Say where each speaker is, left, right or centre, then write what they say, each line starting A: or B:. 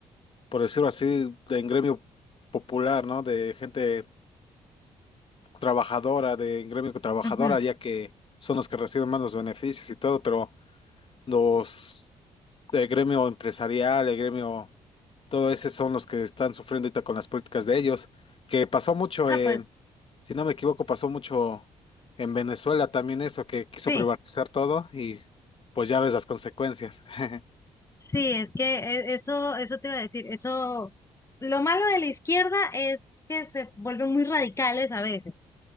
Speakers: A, on the left (about 45°); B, on the left (about 25°).
A: por decirlo así, de en gremio popular, ¿no? De gente trabajadora, de en gremio trabajadora,
B: Ujú.
A: ya que son los que reciben más los beneficios y todo, pero los el gremio empresarial, el gremio, todo ese son los que están sufriendo ahorita con las políticas de ellos, que pasó mucho
B: Ah,
A: en,
B: pues,
A: si no me equivoco, pasó mucho en Venezuela también eso, que quiso
B: sí,
A: privatizar todo y pues ya ves las consecuencias. <laughs>
B: sí, es que e- eso, eso te iba a decir, eso, lo malo de la izquierda es que se vuelven muy radicales a veces.